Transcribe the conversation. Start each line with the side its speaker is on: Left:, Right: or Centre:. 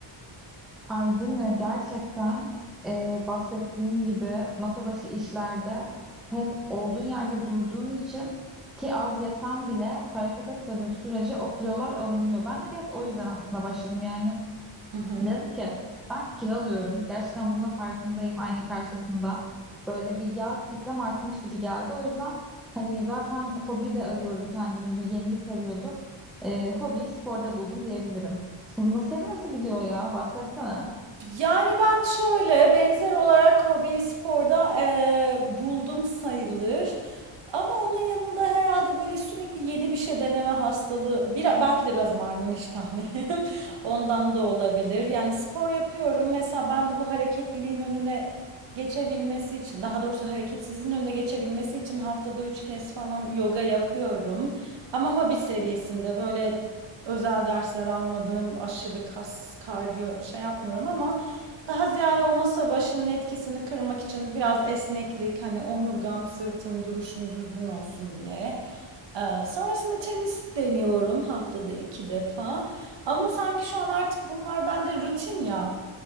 Centre: Aydın ve gerçekten e, bahsettiğin gibi masa başı işlerde hep olduğun yerde durduğun için ki az yesem bile hareket etmediğin sürece o kilolar alınıyor. Ben de biraz o yüzden aslında başladım yani.
Right: Hı hı.
Centre: Dedim ki ben kilo alıyorum. Gerçekten bunun da farkındayım ayna karşısında. Böyle bir yağ kütlem artmış gibi geldi. O yüzden hani zaten hobi de arıyorum kendimi. Bir yenilik arıyordum. Ee, hobiyi sporda buldum diyebilirim. Bunun- Senin nasıl gidiyor ya? Bahsetsene.
Right: Yani ben şöyle benzer olarak hobi sporda eee, buldum sayılır. Ama onun yanında herhalde böyle sürekli yeni bir şey deneme hastalığı, bir, belki de biraz maymun iştahlıyım. <laughs> Ondan da olabilir. Yani spor yapıyorum. Mesela ben de bu hareketliliğin önüne geçebilmesi için, daha doğrusu hareketsizliğin önüne geçebilmesi için haftada üç kez falan yoga yapıyorum. Ama hobi seviyesinde böyle özel dersler almadım, aşırı kas, kardiyo şey yapmıyorum ama daha ziyade o masa başının etkisini kırmak için biraz esneklik, hani omurgam, sırtım, duruşum düzgün olsun diye. Ee, sonrasında tenis deniyorum haftada iki defa. Ama sanki şu an artık bunlar bende rutin ya.